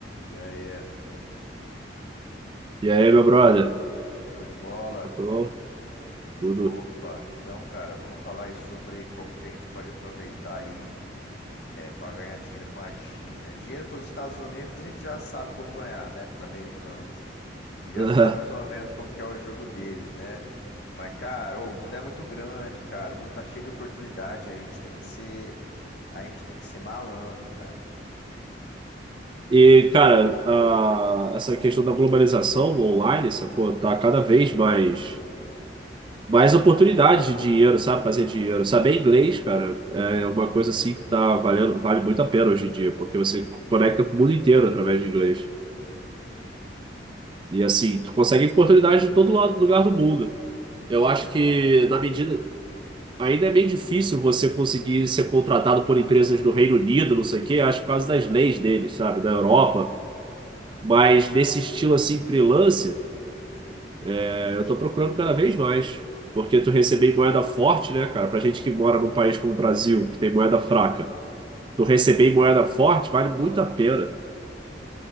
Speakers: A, on the left; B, on the right.
A: E aí,
B: E aí, meu brother?
A: show de bola?
B: Tranquilão? Tudo.
A: Opa! Então, cara, vamos falar aí sobre como que a gente pode aproveitar aí para ganhar dinheiro com a China, né? Dinheiro com os Estados Unidos a gente já sabe como ganhar, né? Com os americanos. A gente já
B: <laughs>
A: sabe mais ou menos como que é o jogo deles, né? Mas, cara, ô, o mundo é muito grande, cara. O mundo tá cheio de oportunidade aí. A gente tem que ser, a gente tem que ser malandro, cara.
B: E, cara, a- essa questão da globalização online, sacou? Tá cada vez mais, mais oportunidades de dinheiro, sabe? Fazer dinheiro. Saber inglês, cara, é uma coisa assim que tá valendo, vale muito a pena hoje em dia, porque você conecta com o mundo inteiro através de inglês. E assim, tu consegue oportunidade de todo lado, lugar do mundo. Eu
A: É
B: acho
A: mesmo.
B: que na medida. Ainda é meio difícil você conseguir ser contratado por empresas do Reino Unido, não sei o quê, acho que por causa das leis deles, sabe, da Europa. Mas nesse estilo assim, freelance, é, eu tô procurando cada vez mais. Porque tu receber em moeda forte, né, cara? Pra gente que mora num país como o Brasil, que tem moeda fraca, tu receber em moeda forte vale muito a pena,